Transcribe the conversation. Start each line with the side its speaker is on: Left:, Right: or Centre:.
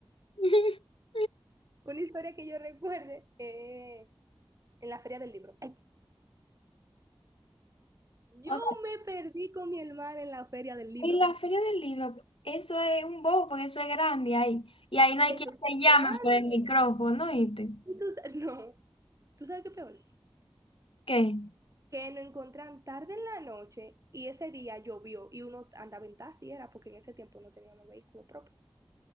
Left: <laughs>
Right: Una historia que yo recuerde eh, en la feria del libro. Ay, Yo
Left: O
Right: me perdí con mi hermana en la feria del libro.
Left: Y la feria del libro, eso es un bobo, porque eso es grande ahí. Y ahí no hay
Right: Eso
Left: quien
Right: es
Left: te
Right: muy
Left: llame
Right: grande.
Left: por el micrófono, ¿viste?
Right: Y tú, sa- no, tú sabes qué peor.
Left: ¿Qué?
Right: Que nos encontraron tarde en la noche y ese día llovió y uno andaba en taxi, era porque en ese tiempo no teníamos vehículo propio.